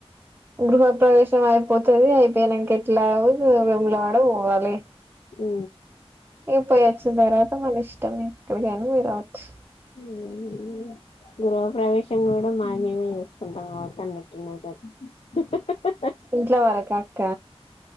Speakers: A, on the right; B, on the left.
A: గృహ ప్రవేశం అయిపోతది అయిపోనాక అట్లాగో వేములవాడ పోవాలి
B: ఊ
A: ఇగ పోయి వచ్చిన తర్వాత మన ఇష్టం ఎక్కడికైనా పోయి రావచ్చు
B: మీ అన్నయే గా గృహ ప్రవేశం కూడా మాది మేమే చేసుకుంటాం కావచ్చు అన్నట్టున్నది కదా
A: ఇంట్లో వరకా అక్క